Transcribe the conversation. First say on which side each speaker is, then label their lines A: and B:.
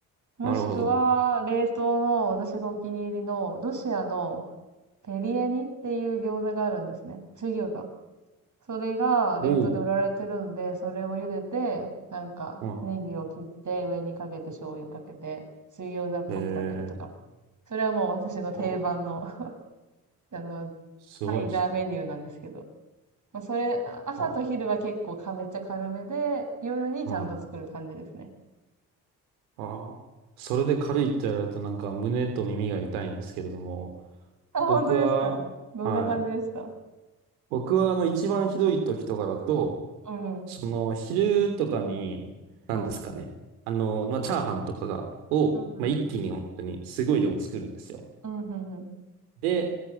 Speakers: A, on the right; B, on the right.
A: もしくは、
B: なるほど。
A: 冷凍の私がお気に入りのロシアのペリエニっていう餃子があるんですね。水餃子。それが冷凍で売られてるんで、
B: おー、
A: それを茹でて、なんか、
B: は
A: ネギを切って上にかけて醤油かけて、水餃子っぽく食べるとか。
B: い。えー、
A: それはもう私の定番の
B: あー
A: <laughs> あの、
B: すごいですね。
A: サイダーメニューなんですけど。まあ、それ、あ朝と昼は結構かめっちゃ軽めで、
B: は
A: 夜にちゃんと作る感じですね。
B: あ。はいああ。それで軽いって言われるとなんか胸と耳が痛いんですけれども、
A: あ、本当ですかどんな感じでした
B: 僕は、はい。僕はあの一番ひどい時とかだと、
A: うん。
B: その昼とかに、
A: はい。
B: 何ですかね。あの、まあ、チャーハンとかが、を、
A: うんうん。
B: まあ、一気に本当にすごい量作るんですよ。
A: うんうんうん。
B: で、